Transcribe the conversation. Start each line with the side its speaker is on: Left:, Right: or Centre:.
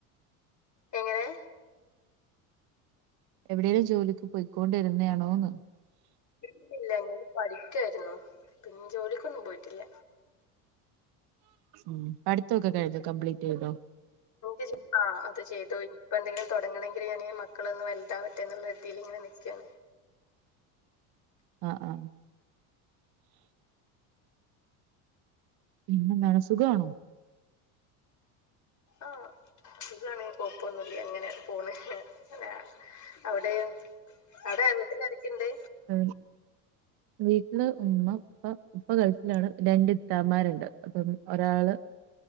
Left: എങ്ങനെ
Right: എവിടെേലും ജോലിക്ക് പോയിക്കൊണ്ടിരുന്നതാണോന്ന്
Left: ഇല്ലില്ല ഞാന് പഠിക്കേര്ന്നു പിന്നെ ജോലിക്കൊന്നും പോയിട്ടില്ല.
Right: ഉമ് പടിത്തൊക്കെ കയിഞ്ഞോ കംപ്ലീറ്റ് യ്തോ
Left: എനിക്ക് ആ അത് ചെയ്തോ ഇനിപ്പോ ന്തെങ്കിലും തുടങ്ങണമെങ്കിൽ ഞാന്ൻ മക്കളൊന്നന്ന് വലുതാവട്ടെ എന്നുള്ള രീതിയിൽ ഇങ്ങനെ നിൽക്കുവാണ്.
Right: ആഹ് ആഹ് പിന്നെന്താണ് സുഖാണോ
Left: ആഹ് സുഖാണ് കൊയപ്പൊന്നുമില്ല അങ്ങനെ പോന്‌ ആഹ് അവിടെ അവിടെ വീട്ടിലാരൊക്കെയുണ്ട്
Right: മ് വീട്ടില് ഉമ്മ ഇപ്പ ഇപ്പ ഗൾഫിലാണ് രണ്ടിത്താമാരുണ്ട് അപ്പം ഒരാള്